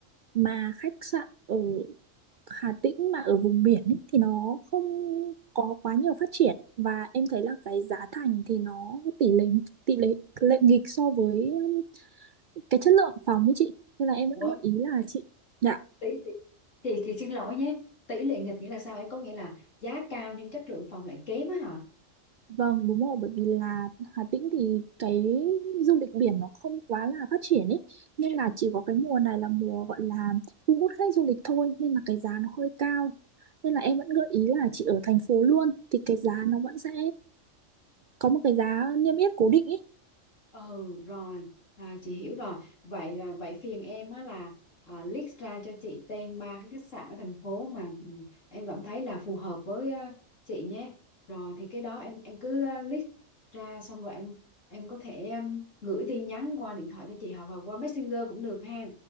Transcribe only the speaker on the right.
mà khách sạn ở Hà Tĩnh mà ở vùng biển ý, thì nó không có quá nhiều phát triển và em thấy là cái giá thành thì nó tỷ lệ tỷ lệ lệ nghịch so với um, cái chất lượng phòng ấy chị nên là em vẫn
gợi ý là chị dạ
vâng đúng rồi bởi vì là Hà Tĩnh thì cái du lịch biển nó không quá là phát triển ấy nên là chỉ có cái mùa này là mùa gọi là thu hút khách du lịch thôi nên là cái giá nó hơi cao nên là em vẫn gợi ý là chị ở thành phố luôn thì cái giá nó vẫn sẽ có một cái giá niêm yết cố định ý